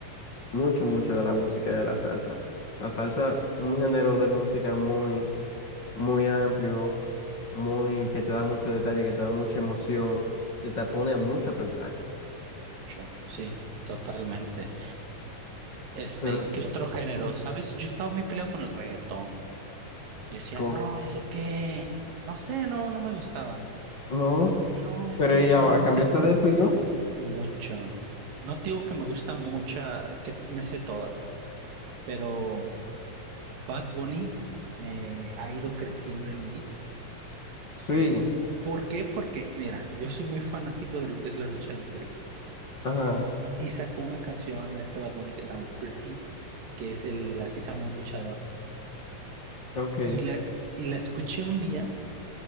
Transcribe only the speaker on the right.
Yo, sí, totalmente. Este,
¿qué otro género?
¿Sabes? Yo estaba muy peleado con el reggaetón. Yo decía,
no, ¿eso qué? No sé, no, no me gustaba.
Porque, no, es
que
esta
música.
Mucho. No te digo que me gusta mucho, que me sé todas, pero Bad Bunny me ha ido creciendo en mí.
Eh, ¿por qué? Porque, mira, yo soy muy fanático de lo que es la lucha libre.
Y sacó una canción este Bad Bunny que se llama Booker T, que es el, así se llama un luchador.
Y la, y la escuché un día